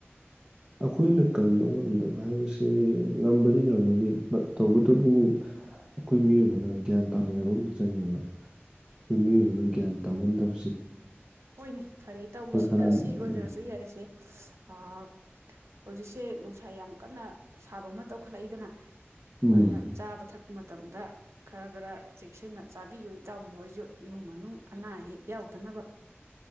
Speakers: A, on the right (about 20°); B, on the right (about 85°).
A: ꯑꯩꯈꯣꯏꯅ ꯀꯟꯕ ꯉꯝꯗꯕ ꯍꯥꯏꯕꯁꯦ ꯉꯝꯕꯗꯤ ꯉꯝꯒꯅꯤ ꯇꯧꯕꯇꯕꯨ ꯑꯩꯈꯣꯏ ꯃꯤꯑꯣꯏꯕꯅ ꯒ꯭ꯌꯥꯟ ꯇꯥꯃꯤꯟꯅꯕ ꯑꯃ ꯆꯪꯉꯦꯕ ꯑꯩꯈꯣꯏ ꯃꯤꯑꯣꯏꯕꯅ ꯒ꯭ꯌꯥꯟ ꯇꯥꯃꯟꯗꯕ
B: ꯍꯣꯏꯅꯦ ꯐꯔꯦ ꯇꯧꯋ ꯁꯤꯅ
A: ꯈꯔ ꯎꯝ
B: ꯁꯤ ꯑꯣꯏꯈ꯭ꯔꯁꯨ ꯌꯥꯏꯔꯁꯦ ꯑ ꯍꯧꯖꯤꯁ ꯁꯦ ꯅꯨꯡꯁꯥ ꯌꯥꯝ ꯀꯟꯅ ꯁꯥꯕ ꯑꯃ ꯇꯧꯈꯠꯂꯛꯏꯗꯅ
A: ꯎꯝ
B: ꯑꯗꯨꯅ ꯆꯥꯕ ꯊꯛꯄ ꯃꯇꯝꯗ ꯈꯔ ꯈꯔ ꯆꯦꯛꯁꯤꯟꯅ ꯆꯥꯕꯤꯌꯨ ꯇꯥꯎꯕꯤꯌꯨ ꯍꯥꯏꯁꯨ ꯏꯃꯨꯡ ꯃꯅꯨꯡ ꯑꯅꯥ ꯑꯌꯦꯛ ꯌꯥꯎꯗꯅꯕ